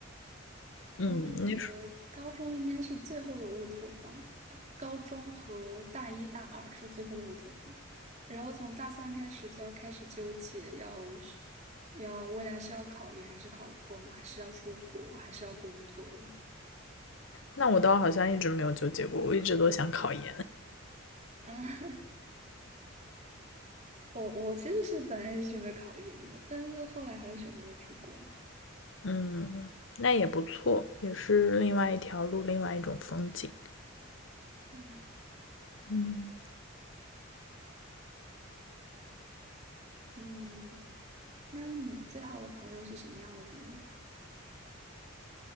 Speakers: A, on the left; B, on the right.
A: 嗯，
B: 我感觉高中应该是最后的乌托邦，
A: 那时候
B: 呃高中和大一大二是最后的乌托邦，然后从大三开始就要开始纠结，要是要未来是要考研还是考公，还是要出国，还是要工作了。
A: 那我倒好像一直没有纠结过，我一直都想考研。
B: 啊，<laughs> 我我其实是本来也是准备考研的，但是后来还是选择了出国。
A: 嗯，那也不错，也是另外一条路，另外一种风景。
B: 嗯
A: 嗯，
B: 嗯，那你最好的朋友是什么样的人呢？